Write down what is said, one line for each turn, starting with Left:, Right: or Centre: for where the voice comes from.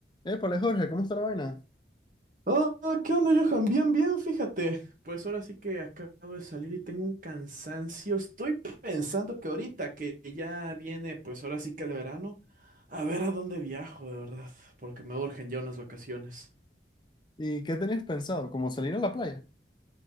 Left: Épale, Jorge, ¿cómo está la vaina?
Right: Ah, ah, ¿qué onda, Johan? Bien, bien, fíjate. Pues ahora sí que acabo de salir y tengo un cansancio. Estoy pensando que ahorita que ya viene, pues ahora sí que el verano, a ver a dónde viajo, de verdad, porque me urgen ya unas vacaciones.
Left: ¿Y qué tenías pensado? como salir a la playa?